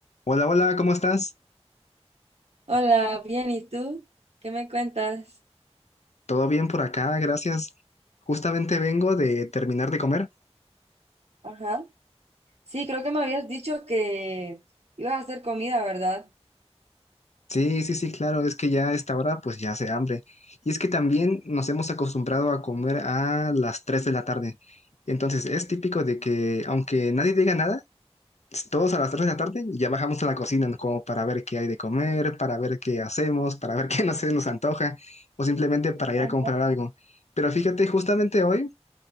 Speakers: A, on the left (about 80°); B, on the right (about 70°).
A: Hola, hola, ¿cómo estás?
B: Hola, bien, ¿y tú? ¿Qué me cuentas?
A: ¿Todo bien por acá? Gracias. Justamente vengo de terminar de comer.
B: Ajá, Sí, creo que me habías dicho que ibas a hacer comida, ¿verdad?
A: Sí, sí, sí, claro, es que ya a esta hora pues ya hace hambre. Y es que también nos hemos acostumbrado a comer a las 3 de la tarde. Entonces es típico de que aunque nadie diga nada, todos a las 3 de la tarde ya bajamos a la cocina ¿no? como para ver qué hay de comer, para ver qué hacemos, para ver <laughs> qué no se nos antoja o simplemente para ir
B: ajá,
A: a comprar algo. Pero fíjate, justamente hoy